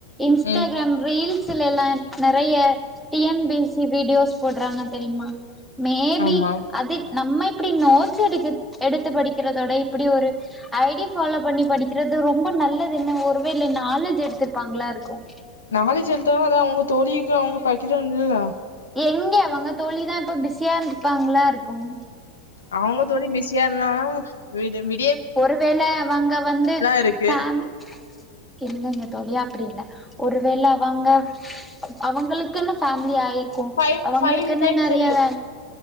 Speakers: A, in the centre; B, on the left.
A: இன்ஸ்டாகிராம்
B: ம்
A: ரீல்ஸ் எல்லா நிறைய டி எம் பிசி வீடியோஸ் போடுறாங்க தெரியுமா மே பி
B: ஆமா
A: அதில் நம்ம இப்படி நோட்ஸ் எடுத்து எடுத்து படிக்கிறதோட இப்படி ஒரு ஐடி ஃபாலோ பண்ணி படி ருது ரொம்ப நல்லது என்ன ஒருவேளை நாலேஜ் எடுத்திருப்பாங்களா இருக்கும்
B: நாலேஜ் வளர்த்தா அது அவங்க தோழிக்கு அவங்க படிக்கிறாங்க இல்ல
A: எங்கே அவங்க தோழி தா இப்ப பிசியா இருப்பாங்களா இருக்கும்
B: அவங்க தோழி பிஸியா இருந்தாலு விட வி
A: ஒருவேள அவங்க வந்து
B: இருக்கு
A: பேம் இல்லைங்க தோழி அப்படி இல்ல ஒருவேள அவங்க அவங்களுக்குன ஃபேமிலி ஆய் இருக்கும்
B: ஃபைவ்
A: அவங்களுக்கு
B: ஃபைவ் டைம்ஸ்
A: நிறைய
B: செல்லு
A: வே